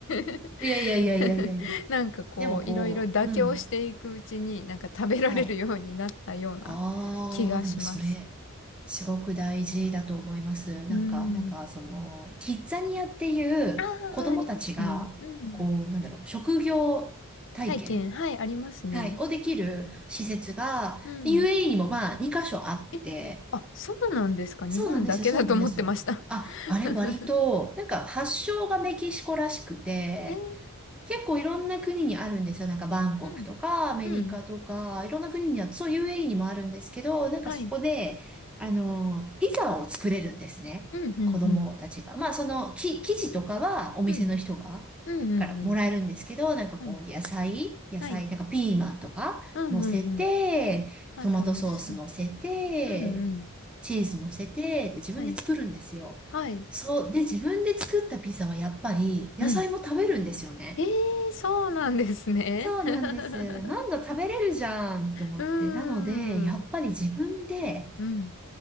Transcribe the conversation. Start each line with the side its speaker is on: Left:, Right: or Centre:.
Left: <laughs>
Centre: いやいやいやいやいやいや。
Left: <laughs> なんかこう、
Centre: でもこう、
Left: いろいろ妥協していくうちに、
Centre: うん。
Left: なんか食べられるようになったような
Centre: はい。ああ、
Left: 気がします。
Centre: でもそれ、すごく大事だと思います。なんか、
Left: うん。
Centre: なんか、その、キッザニアっていう子供たちが、
Left: ああ、ありますね。うん。
Centre: こう、なんだろう、職業体験、
Left: 体験、はい、ありますね。
Centre: はい、をできる施設が、
Left: うん。
Centre: UAE にもまあ、2箇所あって、
Left: え、あ、そうなんですか。日本だけだと思ってました。
Centre: そうなんですよ、そうなんですよ。あ、あれ割と、
Left: <laughs>
Centre: なんか発祥がメキシコらしくて、
Left: えー、
Centre: 結構いろんな国にあるんですよ。なんかバンコクとかアメリカとか、
Left: うん、うん、
Centre: いろんな国には、そう UAE にもあるんですけど、なんかそこで、
Left: はい、
Centre: あの、ピザを作れるんですね。
Left: うん、うん、
Centre: 子供たちが。
Left: うん、
Centre: まあその、き、生地とかはお店の人が、
Left: うん、うん、うん、
Centre: からもらえるんですけど、
Left: うん、
Centre: なんかこう、
Left: はい、
Centre: 野菜、野菜、
Left: はい、
Centre: なんかピーマンとか乗せて、
Left: うん、うん、うん、あ、
Centre: トマトソース乗せて、
Left: 楽しそう。うん、うん、
Centre: チーズ乗せて、で自分で作るんですよ。
Left: はい、はい、
Centre: そう。で、自分で作ったピザはやっぱり野菜も食べるんですよね。
Left: うん。ええーそうなんですね。
Centre: そうなんです。
Left: <laughs>
Centre: 何度食べれるじゃんって思って。
Left: うーん。
Centre: なので、やっぱり自分で
Left: うん。